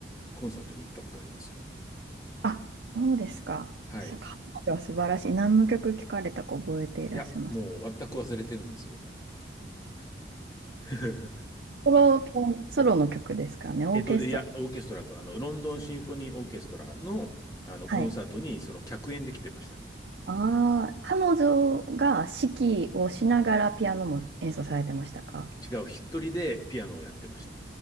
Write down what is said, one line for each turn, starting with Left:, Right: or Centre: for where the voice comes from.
Left: コンサートに行ったことありますよ。
Right: あ、そうですか。
Left: はい。
Right: さ彼女は素晴らしい。何の曲聞かれたか覚えていらっしゃいます。
Left: いや、もう全く忘れてるんですよ。<laughs>
Right: ソロ、ピアノソロの曲ですかね、オーケストラ。
Left: えっと、でいや、オーケストラと、あの、ロンドンシンフォニーオーケストラの、あの、
Right: はい。
Left: コンサートに、その、客演で来てました。
Right: ああ、彼女が指揮をしながらピアノも演奏されてましたか
Left: 違う、一人でピアノをやってました。